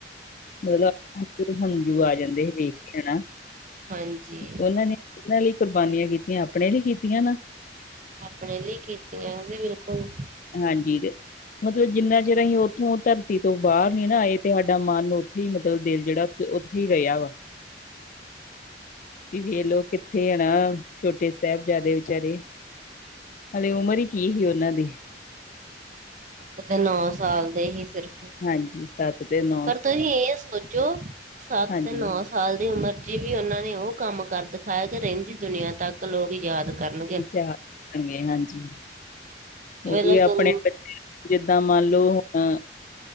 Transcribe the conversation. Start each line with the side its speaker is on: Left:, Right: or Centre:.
Left: ਮਤਲਬ ਅੱਖਾਂ ਚ ਹੰਝੂ ਆ ਜਾਂਦੇ ਸੀ ਵੇਖ ਕੇ ਹਨਾ,
Right: ਹਾਂਜੀ
Left: ਤੇ ਉਨਾਂ ਨੇ ਕਿਨ੍ਹਾਂ ਲਈ ਕੁਰਬਾਨੀਆਂ ਕੀਤੀਆਂ ਆਪਣੇ ਲਈ ਕੀਤੀਆਂ ਨਾ।
Right: ਆਪਣੇ ਲਈ ਕੀਤੀਆਂ ਬਿਲਕੁਲ।
Left: ਹਾਂਜੀ। ਹਜੇ ਜਿੰਨਾ ਚਿਰ ਅਸੀਂ ਉੱਥੋਂ ਧਰਤੀ ਤੋਂ ਬਾਰ ਨਈ ਨਾ ਆਏ ਤੇ ਸਾਡਾ ਮਨ ਉੱਥੇ ਈ ਮਤਲਬ ਦਿਲ ਜੇੜਾ ਤੇ ਉੱਥੇ ਈ ਰਿਆ ਵਾ ਵੀ ਵੇਖ ਲੋ ਕਿੱਥੇ ਤੇ ਹੁਨ ਛੋਟੇ ਸਾਹਿਬਜ਼ਾਦੇ ਵਿਚਾਰੇ ਹਲੇ ਉਮਰ ਈ ਕੀ ਸੀ ਉਨਾਂ ਦੀ।
Right: ੳ ਤੇ ਨੌ ਸਾਲ ਦੇ ਈ ਸਿਰਫ
Left: ਹਾਂਜੀ। ਸਾਤ ਤੇ ਨੋ
Right: ਪਰ ਤੁਸੀਂ ਏ ਸੋਚੋਂ ਸੱਤ
Left: ਹਾਂਜੀ
Right: ਤੇ ਨੌ ਸਾਲ ਦੀ ਉਮਰ ਚ ਵੀ ਉਨਾਂ ਨੇ ਉ ਕੰਮ ਕਰ ਦਿਖਾਇਆ ਕਿ ਰੈਂਦੀ ਦੁਨੀਆਂ ਤੱਕ ਲੋਕ ਯਾਦ ਕਰਨਾ।
Left: ਯਾਦ ਰਖਨਗੇ ਹਾਂਜੀ ਉਈ
Right: ਵੇਲ
Left: ਆਪਣੇ
Right: ਗੰ
Left: ਨੂੰ ਜਿੱਦਾਂ ਮੰਨ ਲੋ ਹੁਨ